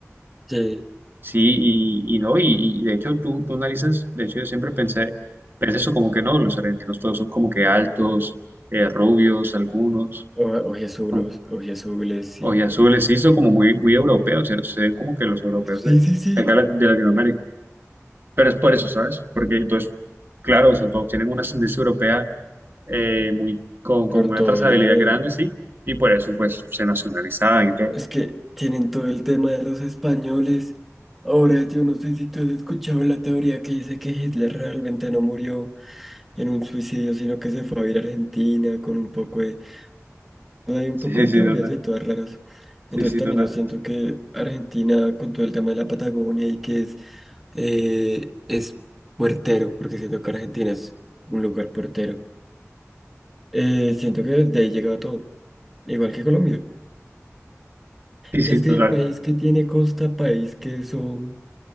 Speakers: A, in the centre; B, on the right.
A: Sí.
B: Sí, y, y no, y, y de hecho tú, tú analizas, de hecho yo siempre pensé, pensé eso como que no, los argentinos todos son como que altos, eh, rubios, algunos,
A: O, oye azules,
B: con
A: oye azules, sí.
B: ojiazules, sí, son como muy, muy europeos, ¿cierto? Se ven como que los europeos
A: Sí,
B: de, de
A: sí, sí.
B: acá de Latinoamérica. Pero es por eso, ¿sabes? Porque entonces, claro, o sea, todos tienen una ascendencia europea eh, muy, con,
A: Por
B: con una
A: todo
B: trazabilidad
A: lado.
B: grande, sí, y por eso pues se nacionalizaban y todo.
A: Es que tienen todo el tema de los españoles. Ahora yo no sé si tú has escuchado la teoría que dice que Hitler realmente no murió en un suicidio, sino que se fue a ir a Argentina con un poco de Hay un
B: Sí,
A: poco
B: sí,
A: de
B: sí,
A: teorías
B: total.
A: de todas raras.
B: Sí,
A: Entonces
B: sí,
A: también
B: total.
A: yo siento que Argentina, con todo el tema de la Patagonia y que es, eh, es puertero, porque siento que Argentina es un lugar puertero, eh, siento que desde ahí llega todo, igual que Colombia.
B: Sí, sí,
A: Es que
B: total.
A: el país que tiene costa, país que eso